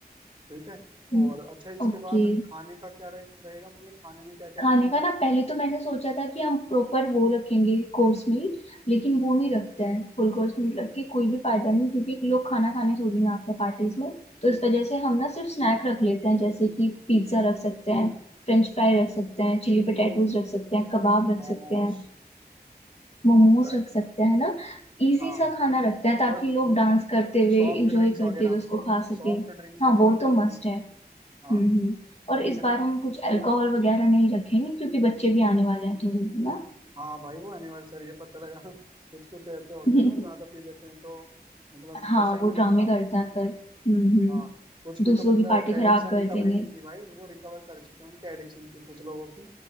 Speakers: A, on the right; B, on the left.
A: ठीक है
B: हम्म,
A: और अच्छा इसके
B: ओके
A: बाद खाने का क्या रहे- रहेगा मतलब खाने में क्या क्या
B: खाने
A: रखें और
B: का ना पहले तो मैंने सोचा था कि हम प्रॉपर वो रखेंगे कोर्स मील लेकिन वो नहीं रखते हैं फुल कोर्स मील रख के कोई भी फायदा नहीं क्योंकि लोग खाना खाने थोड़ी ना आते हैं पार्टीज में तो इस वजह से हम ना सिर्फ स्नैक रख लेते हैं जैसे कि पिज्जा रख सकते हैं फ्रेंच फ्राई रख सकते हैं चिली पटेटोज रख सकते हैं कबाब रख
A: मोमोज
B: सकते हैं मोमोज
A: Right.
B: रख सकते हैं ना इजी
A: हाँ
B: सा खाना रखते हैं ताकि
A: और
B: लोग डांस करते हुए
A: सॉफ्ट
B: इंजॉय
A: ड्रिंक्स
B: करते
A: वगैरह
B: हुए उसको खा सके
A: सॉफ्ट ड्रिंक्स
B: हाँ
A: वगैरह
B: वो तो
A: भी इसमें
B: मस्ट है हम्म
A: हाँ
B: हम्म और
A: ठीक
B: इस
A: है
B: बार
A: ना
B: हम कुछ अल्कोहल वगैरह नहीं रखेंगे क्योंकि बच्चे भी आने वाले हैं थोड़े ना
A: हाँ भाई वो एनिवर्सरी है पता लगा <laughs> कुछ कुछ ऐसे होते
B: <laughs>
A: हैं ना वो ज्यादा पी लेते हैं तो मतलब
B: हाँ
A: वो सही
B: वो
A: नहीं
B: ड्रामे
A: लगता
B: करता है फिर हम्म हम्म
A: हाँ कुछ की
B: दूसरों
A: तो मतलब
B: की पार्टी
A: एडिक्शन
B: खराब कर
A: रिकवरी
B: देंगे
A: भी थी भाई वो रिकवर कर चुके हैं उनकी एडिक्शन थी कुछ लोगों की